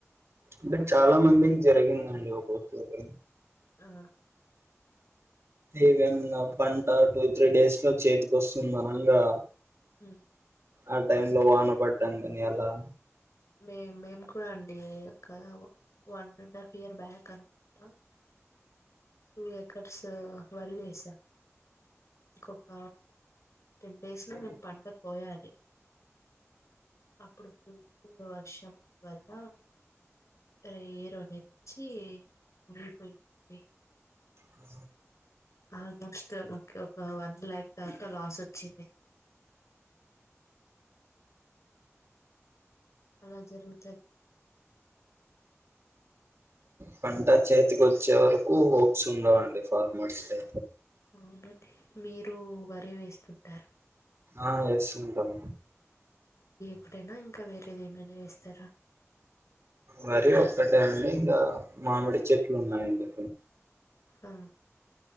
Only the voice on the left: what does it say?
ఆ!
మ్
మే మేము కూడా అండి ఒక one and half year back అను ట టు ఎకర్సు వరి వేసాం ఇంకొక టెన్ డేస్ లో మెం పంట కోయాలి అప్పుడు వర్షం వల్ల రేర్ అనేది వచ్చి మురిగిపోయిందండి
ఆల్మోస్ట్ మాకు ఒక వన్ ల్యాక్ దాకా లాస్ వచ్చింది అలా జరుగుతాయి
అవునండి మీరు వరి వేస్తుంటారా
ఒకటైనా ఇంకా వేరేది ఏమైనా వేస్తారా
ఆ